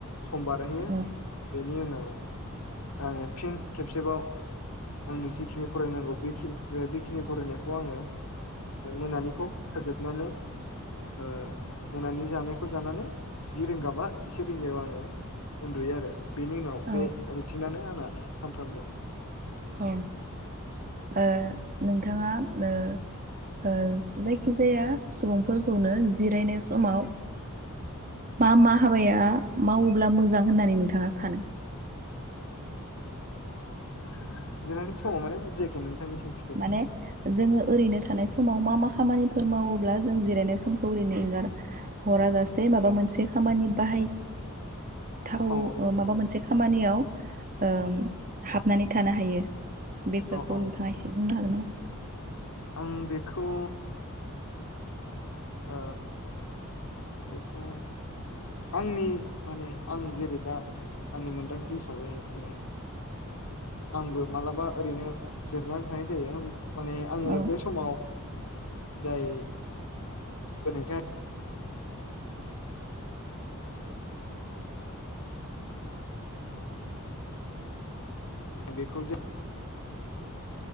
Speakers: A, on the left; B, on the right.
A: सम बारहैयो।
B: औ
A: बेनि उनाव आङो फिन खेबसेबाव आंनि जिखिनि फरायनांगौ‌बेखिनि फरायनायखौ आङो मोनानिखौ फोजोबनानै ओ मोनानि जानायखौ जानानै जि रिंगा बा जिसे रिंगायाव आङो उन्दुयो आरो। बेनि उनाव
B: औ
A: बे रुथिनानो आंना सानफ्रामबो
B: अ ओ नोंथाङा ओ जायखिजाया सुबुंफोरखौनो जिरायनाय समाव मा मा हाबाया मावोब्ला मोजां होननानै नोंथाङा सानो?
A: ओ जिरानाय समाव माने बुजिखै नोंथांनि सोंथिखौ
B: माने जोङो ओरैनो थानाय सम समाव मा मा खामानिफोर मावो? अब्ला जों जिरायनाय समखौ ओरैनो एंगार हराजासे माबा मोनसे खामानि बाहाय थाव
A: औ औ
B: माबा मोनसे खामानियाव ओ हाबनानै थानो हायो। बेफोरखौ
A: औ औ
B: नोंथाङा
A: <inaudible>
B: <inaudible>
A: आं बेखौ ओ बेखौ आंनि माने आं जेरै दा आंनि मोनदांथि हिसाबै मानि आंबो मालाबा ओरैनो जिरनानै थानाय जायो माने आङो
B: औ
A: बे समाव जायो <inaudible> बेखौ जों